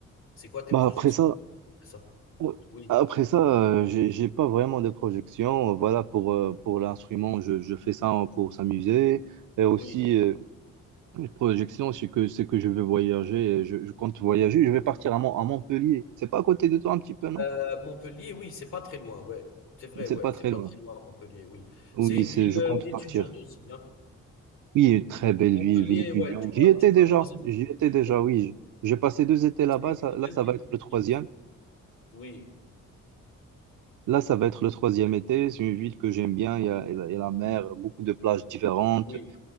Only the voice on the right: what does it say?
Bah
après ça,
ouais.
après ça, euh, j'ai j'ai pas vraiment de projection. Voilà, pour, euh, pour l'instrument, je, je fais ça pour s'amuser. Et aussi,
euh, les projections, c'est que, c'est que je veux voyager. Et Je, je compte voyager. Je vais partir à, Mon- à Montpellier. C'est pas à côté de toi un petit peu, non?
C'est
pas
très
loin.
Oui,
c'est,
je
compte
partir.
Oui, une très belle
ville, ville étudiante.
J'y
étais
déjà.
J'y étais
déjà, oui.
J'ai passé deux étés
là-bas.
Ça-
là,
ça
va être
le troisième.
Là, ça va être le troisième été. C'est une ville que j'aime bien. Il y a, il y a- il y a la mer, beaucoup de plages différentes,